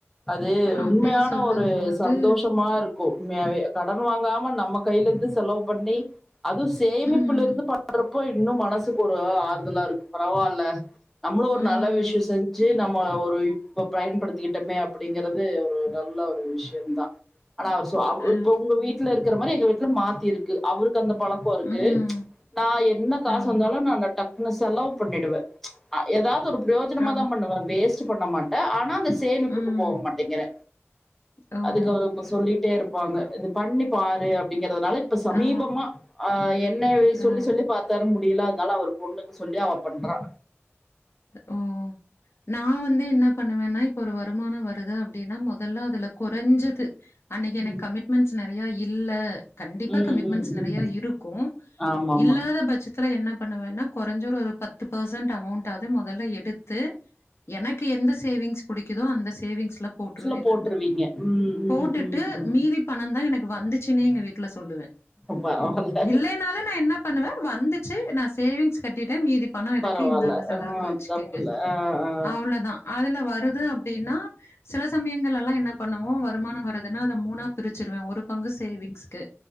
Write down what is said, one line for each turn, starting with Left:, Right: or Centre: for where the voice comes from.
Centre: அது
Left: அப்டி
Centre: உண்மையான
Left: சொல்லும்போது
Centre: ஒரு சந்தோஷமா இருக் கு உண்மையாவே கடன் வாங்காம நம்ம கைல இந்து செலவு பண்ணி அதுவு சேமிப்புல
Left: ம்,
Centre: இருந்து பண்றப்போ இன்னு மனசுக்கு ஒரு ஆறுதலா இருக்கு பரவால்ல நம்மளு ஒரு
Left: ம்,
Centre: நல்ல விஷயோ செஞ்சு நம் ந ஒரு இப்ப பயன்படுத்திக்கிட்டோமே அப்படிங்கறது ஒரு நல்ல ஒரு விஷயோ தா ஆனா அவரு சொ
Left: அ,
Centre: இப்ப உங்க வீட்ல இருக்கிற மாரி எங்க வீட்ல மார்த்தி இருக்கு அவரு க்கு அந்த பழக்கோ இருக்கு
Left: ம்,
Centre: நா என்ன காசு
Left: அ.
Centre: வந்தாலு நா டக்குனு செலவு பண்ணிடுவ ஆ ஏதாவது ஒரு புரோஜனமா
Left: ஆ.
Centre: தா பண்ணுவ வேஸ்ட்டு பண்ண மாட்ட ஆனா அந்த சேமிப்புக்கு
Left: ம்.
Centre: போக மாட்டேங்குற
Left: ஓ! ஓ
Centre: அதுக்கு அவரு சொல்லிட்டே இருப்பாங்க இது பண்ணி பாரு அப்டிங்கறதுனால இப்ப சமீபமா
Left: ஆ.
Centre: ஆ என்னயவே
Left: ஓ!
Centre: சொல்லி சொல்லி பாத்தாரு முடியல அதனால அவரு பொண்ணுக்கு சொல்லி அவ பண்றா
Left: ஓ நா வந்து என்ன பண்ணுவேன்னா இப்ப ஒரு வருமானோ வருது அப்டின்னா மொத் அதெல்லா அதுல கொறஞ்சது அன்னைக்கு
Centre: ம்
Left: எனக்கு கமிட்மெண்ட்ஸ் நறையா இல்ல கண்டிப்பா
Centre: ம்
Left: கமிட்மெண்ட்ஸ்
Centre: ம் ம்
Left: நிறைய
Centre: ம்
Left: இருக்கு
Centre: ஆமாமா
Left: இல்லாத பச்சத் ஆனா என்ன பண்ணுவன்னா கொறஞ்ச்சரு ஒரு பத்து பர்சன்ட் அமௌண்ட் டாது மொதல்ல எடுத்து எனக்கு எந்த சேவிங்ஸ் புடிக்குதோ அந்த சேவிங்ஸ்ல போட்ருவே
Centre: ஆக்சுவலா போட்டுருவீங்க
Left: நானு
Centre: ம் ம்
Left: போட்டுட்டு
Centre: ம் ம்
Left: மீதி பணந் தா எனக்கு வந்துச்சுன்னே எங்க வீட்ல சொல்லுவ
Centre: பரவால்ல
Left: இல்லனாலு நா என்ன பண்ணுவ வந்துச்சு நா சேவிங்ஸ் கட்டிட்ட மீதி பணோ இருக்கு
Centre: பரவால்ல
Left: இந்தாங்க
Centre: ஆ
Left: அளவுக்கு வச்சுடீங்க
Centre: தப்பில்ல ஆ ஆ ஆ
Left: அவ்ளோதா அதுல வருது அப்டின்னா சில சமயங்கள் எல்லா என்ன பண்ணுவோ வருமானோ வரு அதனா அத மூணா பிரிச்சிருவ ஒரு பங்கு சேவிங்சுக்கு